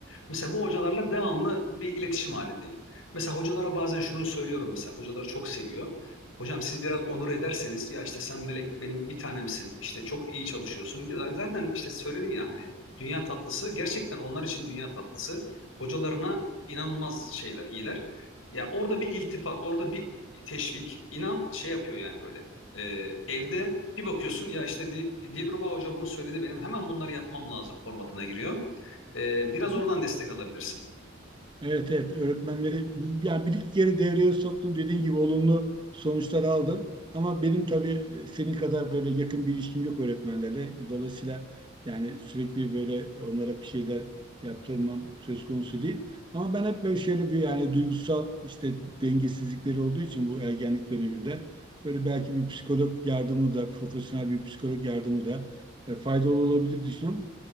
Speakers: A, on the left; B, on the right.
A: Mesela bu hocalarla devamlı bir iletişim halindeyim. Mesela hocalara bazen şunu söylüyorum mesela. Hocaları çok seviyor. Hocam siz biraz onur ederseniz ya işte sen melek benim bir tanemsin işte çok iyi çalışıyorsun. Zaten işte söyledin ya hani Dünya tatlısı gerçekten onlar için dünya tatlısı. Hocalarına inanılmaz şeyler iyiler. Ya orada bir iltifat, orada bir teşvik inan şey yapıyor yani böyle. Ee, evde bir bakıyorsun ya işte Dil- Dilruba Hoca bunu söyledi benim hemen bunları yapmam lazım formatına giriyor. Ee, biraz
B: hı.
A: oradan destek alabilirsin.
B: Evet evet öğretmenleri yani bir iki kere devreye soktum dediğin gibi olumlu sonuçlar aldım. Ama benim tabii e, senin kadar böyle yakın bir ilişkim yok öğretmenlerle. Dolayısıyla yani sürekli böyle onlara bir şeyler yaptırmam söz konusu değil. Ama ben hep böyle şöyle bir yani duygusal işte dengesizlikleri olduğu için bu ergenlik döneminde böyle belki bir psikolog yardımı da profesyonel bir psikolog yardımı da e, faydalı olabilir düşünüyorum.